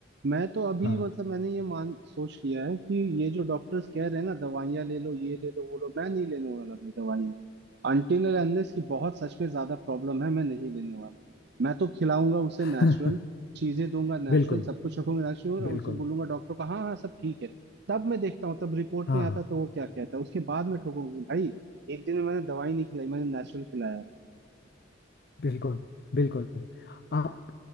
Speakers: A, on the right; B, on the left.
A: मैं तो अभी
B: हाँ
A: मतलब मैंने ये मान सोच लिया है कि ये जो डॉक्टर्स कह रहे हैं ना दवाइयाँ ले लो ये ले लो वो लो मैं नहीं लेने वाला भाई दवाइयाँ अनटिल और अनलेस की बहुत सच में ज्यादा प्रॉब्लम है मैं नहीं लेने वाला मैं तो खिलाऊंगा उसे
B: <laughs>
A: नेचुरल चीजें दूंगा नेचुरल
B: बिल्कुल
A: सब कुछ रखूंगा नेचुरल और
B: बिल्कुल
A: उसे बोलूंगा डॉक्टर को हाँ हाँ सब ठीक है तब मैं देखता हूँ तब रिपोर्ट
B: हाँ
A: में आता
B: हाँ
A: है, तो वो क्या कहता है उसके बाद मैं ठोकूंगी भाई एक दिन में मैंने दवाई नहीं खिलाई मैंने नेचुरल खिलाया
B: बिल्कुल बिल्कुल आप